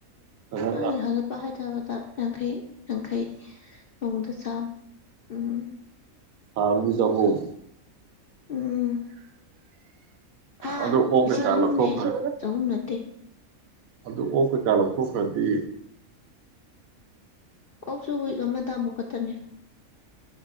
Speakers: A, on the right; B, on the left.
A: ꯆꯥꯝꯃ
B: ꯑ ꯍꯥꯏꯒ ꯄ ꯍꯥꯏ ꯠꯇꯕꯗ ꯌꯥꯡꯈꯩ ꯌꯥꯡꯈꯩ ꯣꯡꯗ ꯆꯥꯝ ꯎꯝ
A: ꯍꯥ ꯃꯤꯁꯍꯣꯝ
B: ꯎꯝ ꯍꯥ
A: ꯎ ꯑꯗ ꯍꯒꯦ
B: ꯂꯤꯁꯤꯡ
A: ꯇꯂ
B: ꯑꯍꯨꯝꯅꯦ
A: ꯊꯈ꯭ꯔ
B: ꯆꯍꯨꯝ ꯅꯠꯇꯦ
A: ꯑꯗꯨ ꯑꯣ ꯀꯩꯀꯥ ꯂꯧꯊꯣꯛꯈ꯭ꯔꯗꯤ
B: ꯑꯣꯞꯁꯨ ꯋꯏꯛ ꯑꯃꯗ ꯑꯃꯨꯛ ꯈꯛꯇꯅꯦ